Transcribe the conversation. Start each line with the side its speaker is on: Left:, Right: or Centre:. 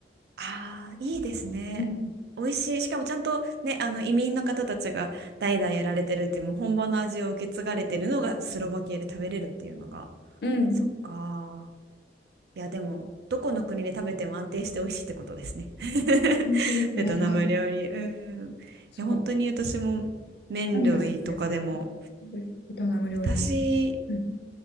Right: ああ、いいですね。
Left: うん。
Right: 美味しい。しかもちゃんとね、あの移民の方たちが代々やられてるっていう、もう本場の味を受け継がれてるのがスロバキアで食べれるっていうのが。
Left: うん。
Right: そっか。いや、でも、どこの国で食べても安定して美味しいってことですね。<laughs>
Left: 美味しいですね。
Right: ベトナム料理。
Left: はい。
Right: うん。いや、
Left: そう。
Right: 本当に私も麺類とかでも、
Left: は何いが好きですかベベトナム料理なのか。
Right: 私、
Left: うん。